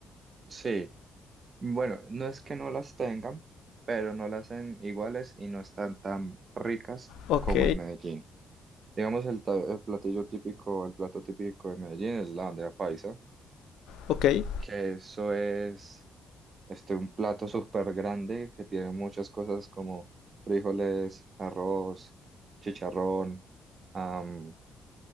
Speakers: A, on the right (about 40°); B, on the left (about 80°).
A: sí. Bueno, no es que no las tengan, pero no las hacen iguales y no están tan ricas
B: Ok,
A: como en Medellín. Digamos, el, ta- el platillo típico, el plato típico de Medellín es la bandeja paisa,
B: ok. S-
A: que eso es este, un plato súper grande que tiene muchas cosas como frijoles, arroz, chicharrón, am,